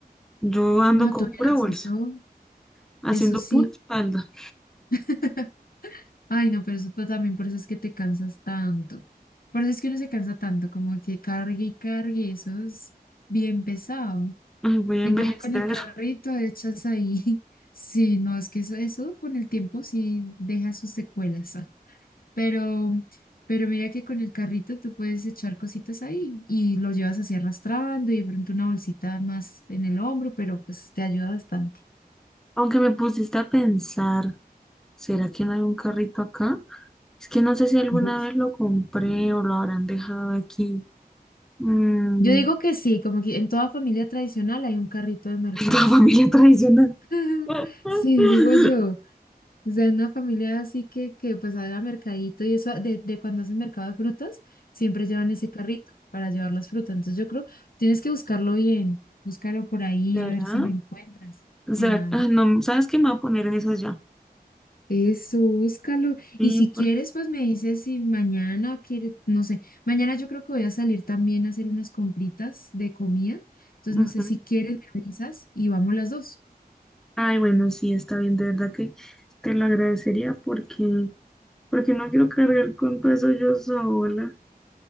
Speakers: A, in the centre; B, on the left.
A: yo ando
B: no
A: con
B: tuvieras
A: pura bolsa,
B: eso,
A: haciendo
B: eso sí.
A: pura espalda,
B: <laughs> Ay, no, pero eso pa- también por eso es que te cansas tanto. Por eso es que uno se cansa tanto, como que cargue y cargue, eso es bien pesado.
A: Ay, voy a
B: En
A: envejecer.
B: cambio, con el carrito echas ahí. <laughs> Sí, no, es que eso, eso con el tiempo sí deja sus secuelas. Pero, pero mira que con el carrito tú puedes echar cositas ahí y lo llevas así arrastrando y de pronto una bolsita más en el hombro, pero pues te ayuda bastante.
A: Aunque me pusiste a pensar, ¿será que no hay un carrito acá? Es que no sé si alguna
B: Bu-
A: vez lo compré o lo habrán dejado aquí. Mm,
B: Yo digo que sí, como que en toda familia tradicional hay un carrito de
A: <laughs>
B: mercado.
A: en toda familia tradicional.
B: <laughs>
A: <laughs>
B: Sí, digo yo. O sea, una familia así que, que pues haga mercadito y eso, de, de cuando hacen mercado de frutas, siempre llevan ese carrito para llevar las frutas. Entonces yo creo, tienes que buscarlo bien, búscalo por ahí
A: ¿Será?
B: a ver si lo encuentras.
A: ¿Será?
B: Claro.
A: Ah, no, ¿sabes qué? Me voy a poner en esas ya.
B: Eso, búscalo.
A: Sí,
B: Y si quieres,
A: porque...
B: pues me dices si mañana quieres, no sé, mañana yo creo que voy a salir también a hacer unas compritas de comida. Entonces,
A: ujú.
B: no sé si quieres, me avisas y vamos las dos.
A: Ay, bueno, sí, está bien, de verdad que te lo agradecería porque, porque no quiero cargar con todo eso yo sola.